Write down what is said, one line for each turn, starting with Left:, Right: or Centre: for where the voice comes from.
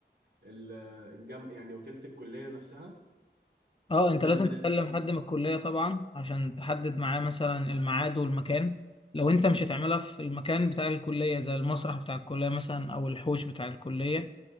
Right: ال- الجم... يعني وكيلة الكلية نفسها
Left: اه انت
Right: ون...
Left: لازم تكلم
Right: ون...
Left: حد من الكلية طبعا عشان تحدد معاه مثلا الميعاد والمكان لو انت مش هتعملها في المكان بتاع الكلية زي المسرح بتاع الكلية مثلا او الحوش بتاع الكلية